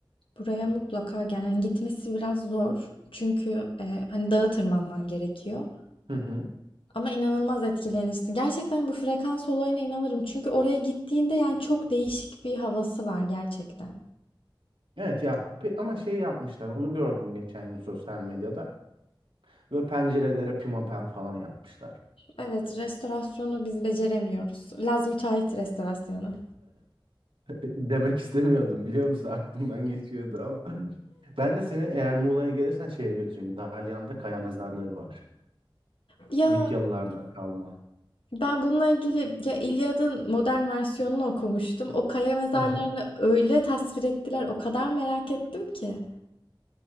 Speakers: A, on the left; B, on the right.
A: Buraya mutlaka gel. Yani gitmesi biraz zor. Çünkü e, hani dağa tırmanman gerekiyor.
B: Hı hı.
A: Ama inanılmaz etkilenirsin. Gerçekten bu frekans olayına inanırım. Çünkü oraya gittiğinde yani çok değişik bir havası var gerçekten.
B: Evet ya pe- ama şey yapmışlar. Onu gördüm geçen gün sosyal medyada. Böyle pencerelere pimapen falan yapmışlar.
A: Evet, restorasyonu biz beceremiyoruz. Laz müteahhit restorasyonu.
B: <laughs> Demek istemiyordum biliyor musun? Aklımdan geçiyordu ama. <laughs> Ben de seni eğer Muğla'ya gelirsen şeye götüreyim. Dalyan'da kaya mezarları var.
A: Ya
B: Likyalılardan kalma.
A: ben bununla ilgili ya İlyad'ın modern versiyonunu okumuştum. O kaya mezarlarını
B: Hı hı.
A: öyle tasvir ettiler. O kadar merak ettim ki.